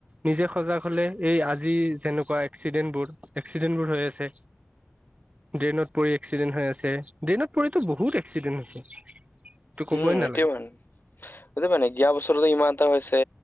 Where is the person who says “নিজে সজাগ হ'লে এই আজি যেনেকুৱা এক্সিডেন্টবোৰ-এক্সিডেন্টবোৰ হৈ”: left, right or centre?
Right